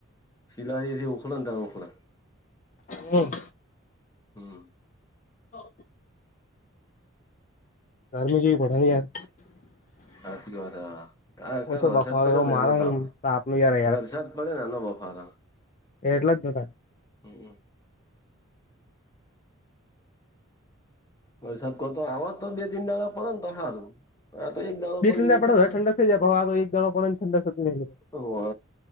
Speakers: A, on the left (about 15°); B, on the left (about 35°).
A: સિલાથી ખખલ તં ઓખલા
B: હમ
A: હમ
B: હ તારમી જવી પડા ની આર
A: સાચી વાત હા ક ક
B: ઓ તો
A: વરસાદ
B: બફારો
A: પડ્યો
B: એવો
A: ને
B: મારે
A: એનો તાપે
B: હે તો આપનું યાર
A: વરસાદ પડે ને ન બફારા
B: એટલા જ દુકાન
A: હમમ ઓ સાબતો આવાજ તો બે તિન દાડા પ ને તો સારું હા તો એક દાદ પડીને
B: ત્રણ દાડા
A: જતો
B: પડે
A: ત
B: હવે ઠંડક થઈ જાય પણ આ તો એક દાડો પડે ને ઠંડક થતી નથી
A: ઓ હ